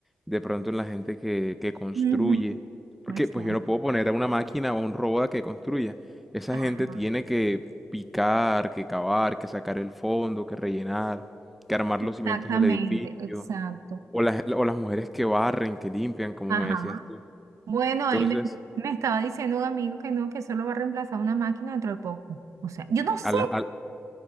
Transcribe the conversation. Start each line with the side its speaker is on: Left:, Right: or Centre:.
Centre: de pronto en la gente que, que construye,
Right: Ujú.
Centre: porque
Right: Exacto.
Centre: pues yo no puedo poner a una máquina o a un robot a que construya. Esa
Right: Ajá.
Centre: gente tiene que picar, que cavar, que sacar el fondo, que rellenar, que armar
Right: Exactamente,
Centre: los cimientos del edificio,
Right: exacto.
Centre: o las, o las mujeres que barren, que limpian, como
Right: Ajá.
Centre: me decías tú.
Right: Bueno, ahí
Centre: Entonces,
Right: me, me estaba diciendo un amigo que no, que solo va a reemplazar una máquina dentro de poco. O sea, yo no sé.
Centre: a, la- a-